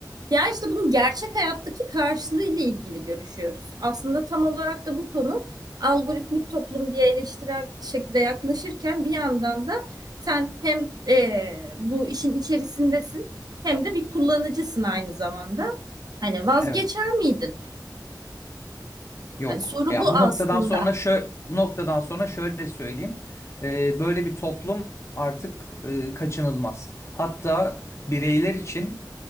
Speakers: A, on the right; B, on the left.
A: Ya işte bunun gerçek hayattaki karşılığı ile ilgili görüşüyoruz. Aslında tam olarak da bu konu algoritmik toplum diye eleştirel şekilde yaklaşırken bir yandan da sen hem eee, bu işin içerisindesin hem de bir kullanıcısın aynı zamanda. Hani vazgeçer
B: Evet.
A: miydin?
B: Yok.
A: Hani soru
B: Ya
A: bu
B: bu
A: aslında.
B: noktadan sonra şö bu noktadan sonra şöyle söyleyeyim. Ee, böyle bir toplum artık e, kaçınılmaz. Hatta bireyler için